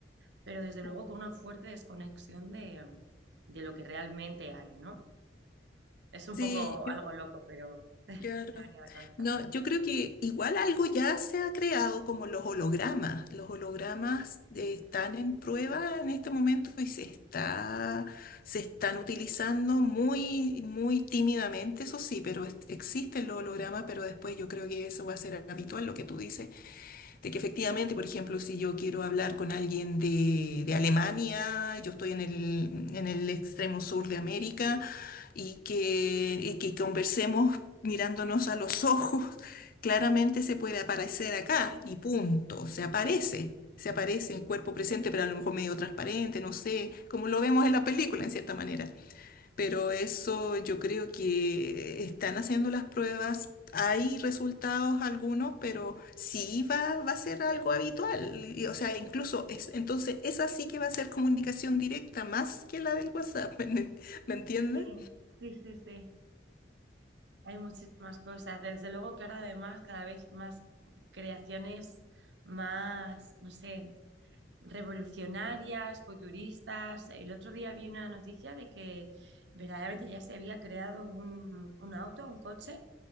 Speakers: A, on the right; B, on the left.
A: pero desde luego
B: Mm.
A: con una fuerte desconexión de, de lo que realmente hay, ¿no? Es un
B: sí,
A: poco algo loco, pero
B: Claro.
A: me ha venido a la cabeza.
B: No, yo creo que igual algo ya se ha creado como los hologramas. Los hologramas eh, están en prueba en este momento y se está, se están utilizando muy, muy tímidamente, eso sí, pero es- existen los hologramas, pero después yo creo que eso va a ser habitual, lo que tú dices, de que efectivamente, por ejemplo, si yo quiero hablar con alguien de, de Alemania, yo estoy en el, en el extremo sur de América, y que, y que conversemos mirándonos a los ojos, claramente se puede aparecer acá y punto, se aparece. Se aparece el cuerpo presente, pero a lo mejor medio transparente, no sé, como lo vemos en la película, en cierta manera. Pero eso yo creo que están haciendo las pruebas. Hay resultados algunos, pero sí va, va a ser algo habitual. y, O sea, incluso es, entonces esa sí que va a ser comunicación directa más que la del WhatsApp. <laughs> ¿Me, me entiendes?
A: Sí, sí, sí, sí. Hay muchísimas cosas. Desde luego que ahora además cada vez más creaciones más, no sé, revolucionarias, futuristas. El otro día vi una noticia de que verdaderamente ya se había creado un, un auto, un coche